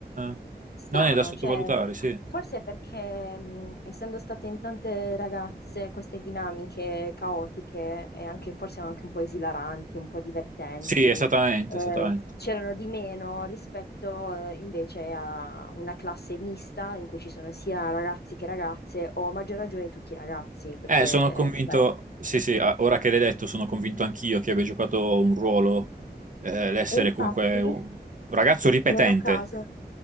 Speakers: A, on the right; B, on the left.
A: eh,
B: Strano,
A: non è da sottovalutare,
B: cioè,
A: sì.
B: forse perché mh, essendo state in tante ragazze queste dinamiche caotiche e anche forse anche un po' esilaranti, un po' divertenti,
A: Sì, esattamente,
B: eh,
A: esattamente.
B: c'erano di meno rispetto eh, invece a una classe mista in cui ci sono sia ragazzi che ragazze, o a maggior ragione tutti i ragazzi, perché
A: Eh, sono convinto,
B: sai.
A: sì, sì, a- ora che l'hai detto, sono convinto anch'io che abbia giocato un ruolo, eh, l'essere
B: E infatti,
A: comunque un ragazzo ripetente.
B: non a caso.